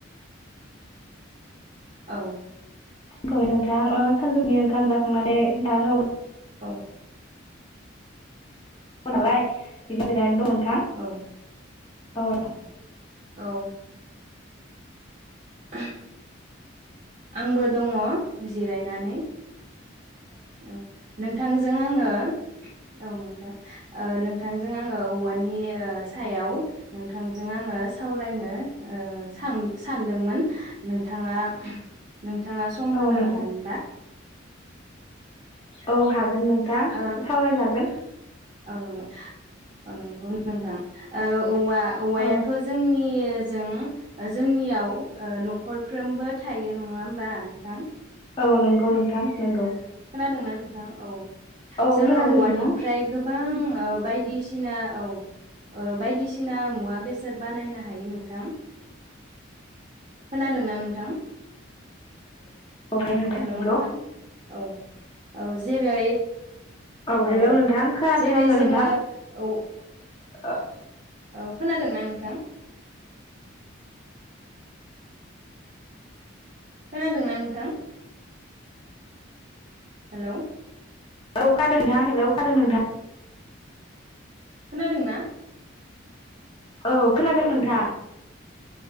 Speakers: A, on the right (about 40°); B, on the left (about 25°).
A: औ।
B: फै नोंथां ओ सानजौनि ओंखाम जाखांनानै दाथ'
A: औ।
B: नालाय बिदि जिरायना दं नोंथां।
A: औ
B: औ दे
A: औ। <inaudible> आंबो दङ जिरायनानै औ नों नोंथांजों आङो औ नोंथां ओ नोंथांजों आङो औवानि ओ सायाव नोंथांजों आङो सावरायनो ओ सां सानदोंमोन नोंथाङा। नोंथाङा सम
B: औ
A: होनो
B: नोंथां
A: हागोनबा।
B: औ हागोन नोंथां
A: ओ
B: सावरायजागोन।
A: औ नंगौ औ नंगौ नोंथां औ। औवा औवायाथ'
B: औ
A: जोंनि जों। जोंनियाव न'खरफ्रोमबो। थायो नङा होमबा नोंथां।
B: औ नंगौ नोंथां नंगौ।
A: जादोंना नोंथां औ।
B: औ
A: जोङो
B: खोनादों
A: औवानिफ्राय
B: नोंथां
A: गोब गोबां बायदिसिना औ ओ बायदिसिना मुवा बेसाद बानायनो हायो नोंथां। खोनादोंना नोंथां।
B: <unintelligible>
A: हेल' नोंथां
B: नंगौ।
A: औ औ जेरै
B: हेल'
A: औ
B: नोंथां खोनादों
A: जेरै
B: आङो
A: जोङो
B: नोंथां
A: औ।
B: <unintelligible>
A: औ खोनादोंना नोंथां। खोनादोंना नोंथां। हेल'
B: औ खादों नोंथां हेलौ खादों नोंथां।
A: खोनादोंना।
B: औ। खोनादों नोंथां।